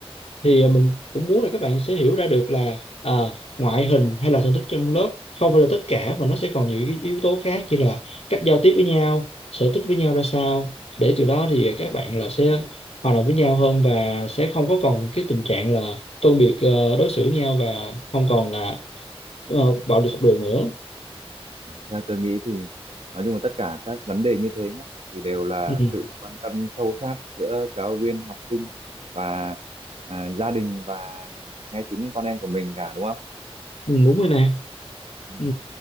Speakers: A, on the left; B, on the right.
A: thì à,
B: Ừ.
A: mình cũng muốn là các bạn sẽ hiểu ra được là à, ngoại hình hay là thành tích trong lớp không phải là tất cả và nó sẽ còn nhiều cái yếu tố khác như là cách giao tiếp với nhau sở thích với nhau ra sao để từ đó thì à, các bạn là sẽ hòa đồng với nhau hơn và sẽ không có còn cái tình trạng là phân biệt ờ, đối xử nhau và không còn là ờ, bạo lực học đường nữa
B: theo tôi nghĩ thì nói chung là tất cả các vấn đề như thế nhé thì đều là
A: ừ,
B: sự quan tâm sâu sát giữa giáo viên học sinh và à, gia đình và ngay chính con em của mình cả đúng không
A: ừ, đúng rồi nè
B: Ừ,
A: ừ.